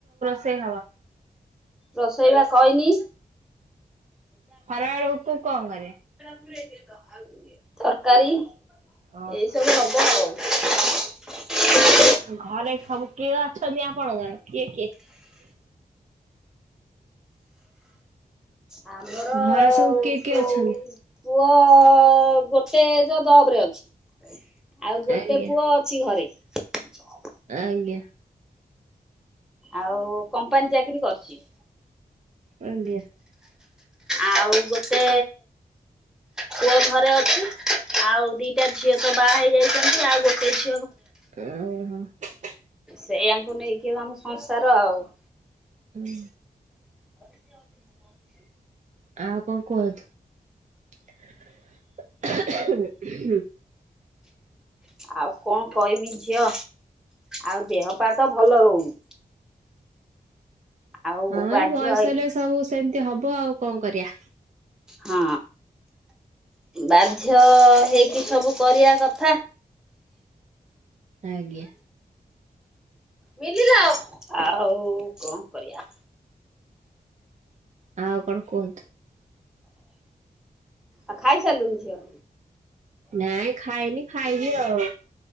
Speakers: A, on the right; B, in the centre.
A: ସେ ନେବ।
B: ରୋଷେଇ ବା କଇନି-
A: ଖରା ବେଳକୁ କଣ କରିବେ-
B: <unintelligible> ତରକାରୀ
A: ଓହୋ
B: ଏଇ ସବୁ ନବ ଆଉ <inaudible>
A: ଘରେ ସବୁ କିଏ ଅଛନ୍ତି ଆପଣଙ୍କର କିଏ କିଏ-
B: ଆମର
A: ଘରେ ସବୁ କିଏ କିଏ
B: ପୁ
A: ଅଛନ୍ତି?
B: ପୁଅ ଗୋଟେ ଯ ଜବ୍ ରେ ଅଛି। <inaudible> ଆଉ ଗୋଟେ
A: ଆଜ୍ଞା
B: ପୁଅ ଅଛି ଘରେ। <unintelligible>
A: ଆଜ୍ଞା
B: ଆଉ କମ୍ପାନୀ ଚାକିରୀ କରୁଚି।
A: <inaudible> ଆଜ୍ଞା।
B: ଆଉ ଗୋଟେ ପୁଅ ଘରେ ଅଛି। ଆଉ ଦିଟା ଝିଅ ତ ବାହା ହେଇଯାଇଛନ୍ତି ଆଉ ଗୋଟେ ଝି
A: <unintelligible> ହଁ ।
B: ସେଇଆ ଙ୍କୁ ନେଇକି ଆମ ସଂସାର ଆଉ-
A: ହୁଁ
B: <unintelligible>
A: ଆଉ କଣ କୁହନ୍ତୁ।
B: ଆଉ କଣ କହିବି ଝିଅ ଆଉ ଦେହପାତ ଭଲ ରହୁନି। ଆଉ
A: ହଁ
B: ବାଧ୍ୟ
A: ଏଇ ବୟସ
B: ହେଇକି
A: ହେଲେ ସବୁ ସେମି ଏମିତି ହବ ଆଉ କଣ କରିବା।
B: ହଁ ବାଧ୍ୟ ହେଇକି ସବୁ କରିବା କଥା।
A: ଆଜ୍ଞା।
B: ମିଲା ଆଉ ଆଉ କଣ କରିବା।
A: ଆଉ କଣ କୁହନ୍ତୁ।
B: ଆଉ ଖାଇସାରିଲୁଣି ଝିଅ।
A: ନାଇଁ ଖାଇନି ଖାଇବି ଆଉ।